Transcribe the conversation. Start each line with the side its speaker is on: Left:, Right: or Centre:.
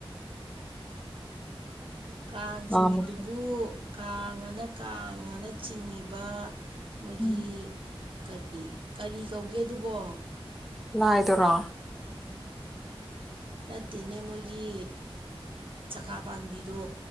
Right: ꯀꯥꯡ ꯆꯤꯡꯉꯤꯗꯨꯕꯨ
Centre: ꯃꯥꯃꯨꯛꯁꯨ
Right: ꯀꯥꯡ ꯑꯅ ꯀꯥꯡ ꯑꯅ ꯆꯤꯡꯉꯤꯕ ꯃꯣꯏꯒꯤ
Centre: ꯎꯝ
Right: ꯀꯔꯤ ꯀꯔꯤ ꯀꯧꯒꯦ ꯑꯗꯨꯕꯣ
Centre: ꯂꯑꯗꯣꯔꯥ
Right: ꯅꯠꯇꯦꯅꯦ ꯃꯣꯏꯒꯤ ꯆꯀꯥ ꯄꯥꯝꯕꯤꯗꯣ